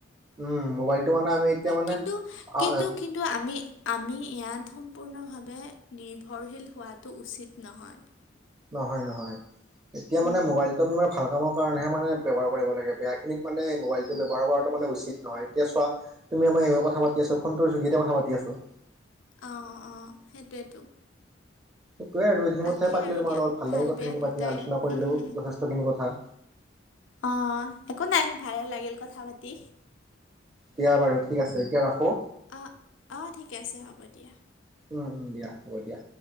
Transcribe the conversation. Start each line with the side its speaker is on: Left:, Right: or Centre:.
Right: উম মোবাইলটো মানে আমি এতিয়া মানে
Left: কিন্তু
Right: আ
Left: কিন্তু কিন্তু আমি আমি ইয়াত সম্পূৰ্ণভাৱে নিৰ্ভৰশীল হোৱাটো উচিত নহয়।
Right: নহয় নহয় এতিয়া মানে
Left: উম,
Right: মোবাইলটো আমি মানে ভাল কামৰ কাৰণেহে মানে ব্যৱহাৰ কৰিব লাগে বেয়াখিনিত মানে মোবাইলটো ব্যৱহাৰ কৰাটো মানে উচিত নহয়, এতিয়া চোৱা তুমি মই কথা পাতি আছো ফোনটোৰ যোগেদি কথা পাতি আছোঁ।
Left: অঁ অঁ সেইটোৱেতো।
Right: টোৱে <unintelligible>
Left: তাকে
Right: পাতিলো
Left: আৰু
Right: তোমাৰ
Left: দিয়া
Right: লগত ভাল লাগি কথাখিনি
Left: বেয়া দুটাই
Right: পাতি আলোচনা কৰিলেও
Left: উম
Right: যথেষ্টখিনি কথা।
Left: অ একো নাই ভাল লাগিল কথা পাতি।
Right: দিয়া বাৰু ঠিক আছে এতিয়া ৰাখো।
Left: অঁ অঁ ঠিকে আছে হ'ব দিয়া।
Right: উম দিয়া হ'ব দিয়া।